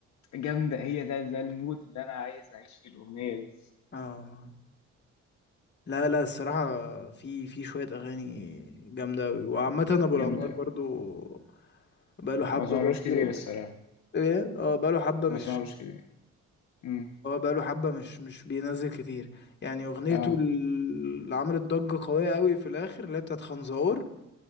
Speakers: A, on the left; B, on the left.
A: جامدة هي ده ده المود اللي انا عايز اعيش فيه الاغنية دي
B: اه لا لا الصراحه في في شويه اغاني جامده قوي وعامه ابو الانوار
A: جامدة أوي.
B: برضو بقاله حبه
A: ما سمعلوش كتير
B: برضو
A: الصراحة
B: ايه اه بقاله حبه
A: ما
B: مش
A: سمعلوش كتير امم
B: اه بقاله حبه مش مش بينزل كتير يعني اغنيته
A: اه
B: ال- اللي عملت ضجه قويه قوي في الاخر اللي هي بتاعت خنزقور